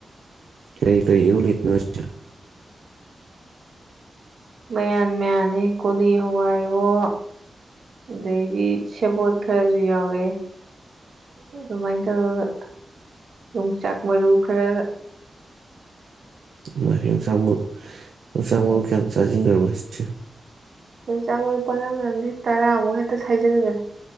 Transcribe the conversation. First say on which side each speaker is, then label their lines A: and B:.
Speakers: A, on the right; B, on the right.
A: ꯀꯔꯤ ꯀꯔꯤ ꯏꯔꯣꯜꯂꯤꯅꯣ ꯍꯥꯢꯁꯦ
B: ꯃꯌꯥꯟ ꯃꯌꯥꯟꯅꯤ ꯀꯣꯂꯤ ꯍꯋꯥꯏꯔꯣ ꯑꯗꯩꯗꯤ ꯁꯦꯕꯣꯠ ꯈꯔꯁꯨ ꯌꯥꯎꯔꯦ ꯑꯗꯨꯃꯥꯏꯅ ꯇꯧꯔꯒ ꯌꯣꯡꯆꯥꯛ ꯃꯔꯨ ꯈꯔꯑ
A: ꯏꯃꯩ ꯌꯣꯡꯆꯥꯛ ꯃꯔꯨ ꯌꯣꯡꯆꯥꯛ ꯃꯔꯨ
B: ꯎꯝ
A: ꯀꯌꯥꯝ ꯆꯥꯖꯤꯟꯈ꯭ꯔꯕ <unintelligible>
B: ꯌꯣꯡꯆꯥꯛ ꯃꯔꯨꯄꯥꯉ ꯃꯝꯗꯤ ꯇꯔꯥꯃꯨꯛ ꯍꯦꯛꯇ ꯁꯖꯤꯟꯒꯅꯤ